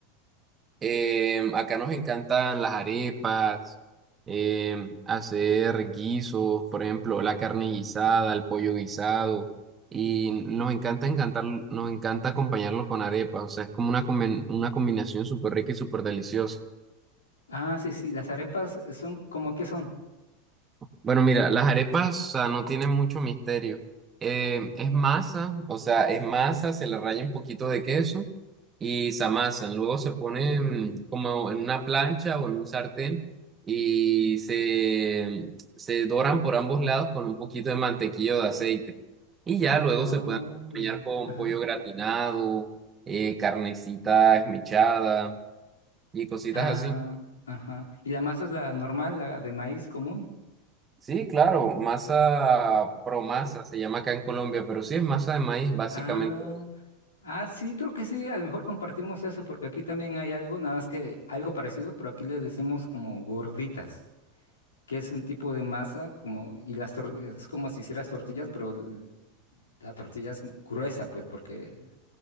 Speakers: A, on the right (about 25°); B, on the left (about 80°).
A: Em, acá nos encantan las arepas, em, hacer guisos, por ejemplo, la carne guisada, el pollo guisado, y nos encanta encantar, nos encanta acompañarlo con arepas, o sea, es como una, combi- una combinación súper rica y súper deliciosa.
B: Ah, sí, sí. Las arepas eh, son como que son.
A: Bueno, mira, las arepas, o sea, no tienen mucho misterio. Eh, es masa, o sea, es masa, se le raya un poquito de queso y se amasan. Luego se ponen como en una plancha o en un sartén y se, se doran por ambos lados con un poquito de mantequilla o de aceite. Y ya luego
B: Oh,
A: se pueden acompañar
B: ya, ya.
A: con
B: Ajá.
A: pollo gratinado, eh, carnecita esmechada y cositas
B: Ah,
A: así.
B: ajá. ¿Y la masa es la normal, la de maíz común?
A: Sí, claro, masa promasa se llama acá en Colombia, pero sí es masa de maíz básicamente.
B: Ah, ah, sí, creo que sí. A lo mejor compartimos eso, porque aquí también hay algo, nada más que algo parecido, pero aquí le decimos como gorditas, que es un tipo de masa como, y las tor- es como si hicieras tortillas, pero la tortilla es gruesa, pues, porque